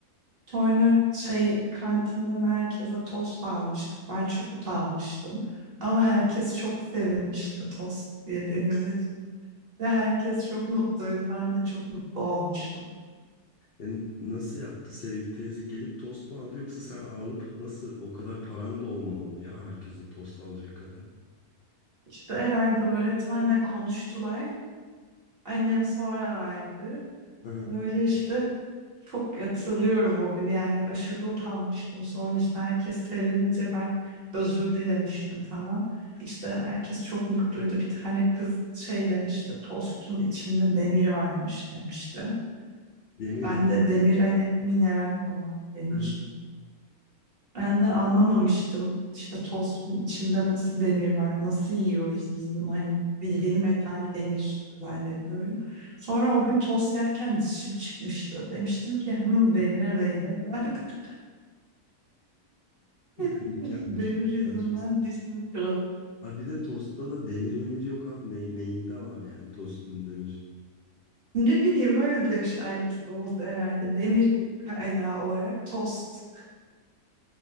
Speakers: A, on the right; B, on the left.
A: Sonra şey kantinden herkese tost almıştık. Ben çok utanmıştım. Ama herkes çok sevinmişti tost yediğimiz için. Ve herkes çok mutluydu. Ben de çok mutlu olmuştum.
B: E, nasıl yaptı? Sevgi teyze gelip tost mu aldı yoksa sen alıp nasıl o kadar paran da olmamalı ya herkese tost alacak kadar.
A: İşte herhalde öğretmenle konuştular. Annem sonra verdi.
B: Aha.
A: Böyle işte Çok hatırlıyorum o günü yani aşırı utanmıştım. Sonra işte herkes sevinince ben özür dilemiştim falan. İşte herkes çok mutluydu. Bir tane kız şey demişti tostun içinde demir varmış demişti.
B: Demir
A: Ben
B: mi?
A: de demir hani mineral olan demiş.
B: Aha.
A: Ben de anlamamıştım işte tostun içinde nasıl demir var nasıl yiyoruz biz bunu hani bildiğin metal demir zannediyorum. Sonra o gün tost yerken dişim çıkmıştı. Demiştim ki hanım demire değdi. <laughs> <laughs>
B: Denk gelmiş.
A: Demir yüzünden
B: Saçma sapan.
A: dizim kırıldı.
B: Abi bir de tostta da demir memir yok abi. Ne, neyinde var yani tostun demir.
A: Ne bileyim öyle demiş annesi oldu herhalde. Demir kaynağı olarak tost.